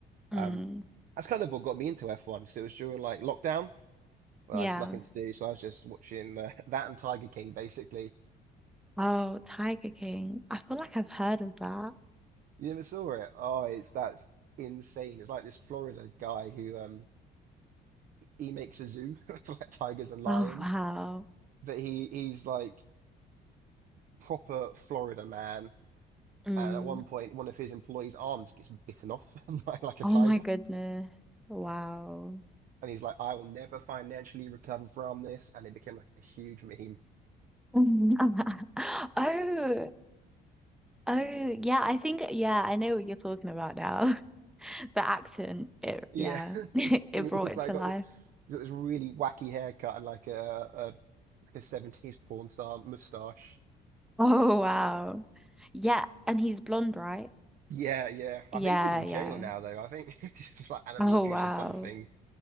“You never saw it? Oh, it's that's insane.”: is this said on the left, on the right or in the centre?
Right